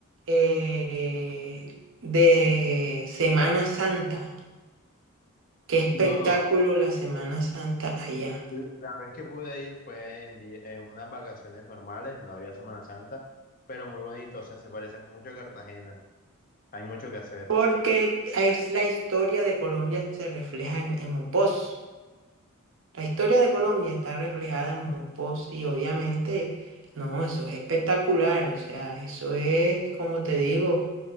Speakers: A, on the right; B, on the left.
A: eh, de Semana Santa. Qué espectáculo
B: No, no,
A: la Semana Santa allá.
B: la vez que pude ir fue en, di- en unas vacaciones normales, no había Semana Santa, pero muy bonito, o sea, se parece mucho a Cartagena. Hay mucho que hacer.
A: Porque es la historia de Colombia se refleja en, en Mompós. La historia de Colombia está reflejada en Mompós y obviamente, no, eso es espectacular. O sea, eso es, como te digo.